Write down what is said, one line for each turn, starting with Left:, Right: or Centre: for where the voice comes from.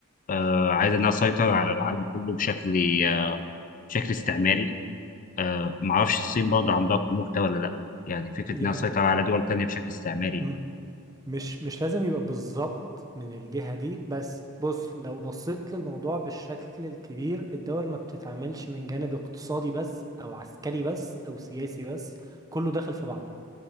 Left: آه، عايزه انها تسيطر على العالم كله بشكل آه، بشكل استعماري آه، معرفش الصين برضه عندها الطموح ده ولا لا يعني فكره
Right: يعني
Left: انها تسيطر على دول تانيه بشكل استعماري
Right: مم. مش مش لازم يبقى بالظبط من الجهة دي بس بص لو بصيت للموضوع بالشكل الكبير الدول ما بتتعاملش من جانب اقتصادي بس او عسكري بس او سياسي بس كله داخل في بعضه